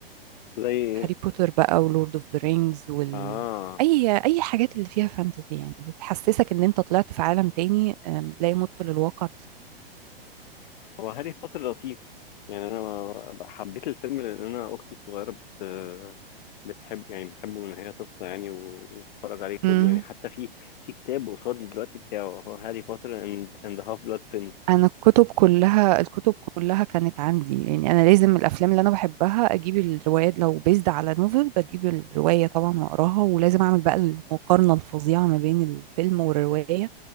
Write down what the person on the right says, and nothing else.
هاري بوتر بقى ولورد اوف ذا رينجز وال
اي اي حاجات اللي فيها فانتازي يعني بتحسسك ان انت طلعت في عالم تاني أم، لا يمت للواقع
بصراحة
انا الكتب كلها الكتب كلها كانت عندي يعني انا لازم الافلام اللي انا بحبها اجيب الروايات لو بيزد على نوفل بجيب الروايه طبعا واقراها ولازم اعمل بقى المقارنه الفظيعه ما بين الفيلم والروايه